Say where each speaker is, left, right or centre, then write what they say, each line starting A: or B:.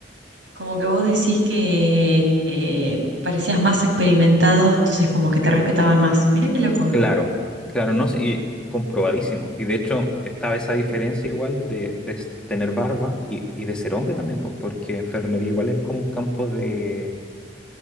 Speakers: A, on the right; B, in the centre.
A: Como que vos decís que eh, parecías más experimentado, entonces como que te respetaban más. Mirá qué loco.
B: Claro, claro, no sé, y comprobadísimo. Y de hecho estaba esa diferencia igual de, de s- tener barba y, y de ser hombre también, pues porque enfermería igual es como un campo de